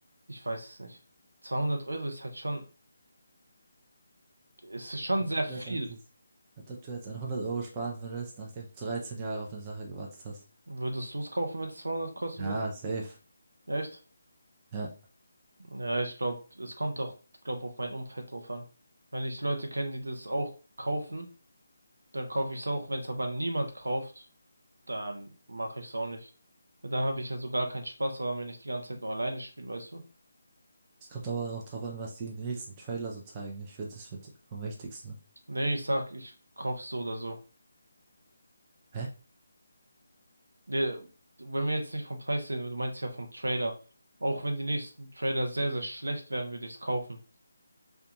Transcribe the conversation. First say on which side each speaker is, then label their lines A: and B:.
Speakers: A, on the right (about 80°); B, on the right (about 20°).
A: Ich weiß es nicht. 200 Euro ist halt schon, ist schon
B: Als
A: sehr
B: ob du
A: viel.
B: jetzt an, dies- als ob du jetzt an 100 Euro sparen würdest, nachdem du 13 Jahre auf eine Sache gewartet hast.
A: Würdest du es kaufen, wenn es 200 kosten
B: Ja,
A: würde?
B: safe.
A: Echt?
B: Ja.
A: Ja, ich glaube, es kommt doch, glaube auf mein Umfeld drauf an. Wenn ich Leute kenne, die das auch kaufen, dann kaufe ich es auch. Wenn es aber niemand kauft, dann mache ich es auch nicht. Weil Dann habe ich ja so gar keinen Spaß daran, wenn ich die ganze Zeit nur alleine spiele, weißt du?
B: Es kommt aber auch drauf an, was die im nächsten Trailer so zeigen. Ich finde, das wird am wichtigsten.
A: Nee, ich sag, ich kaufe so oder so.
B: Hä?
A: Nee, wenn wir jetzt nicht vom Preis sehen, du meinst ja vom Trailer. Auch wenn die nächsten Trailer sehr, sehr schlecht werden, würde ich es kaufen.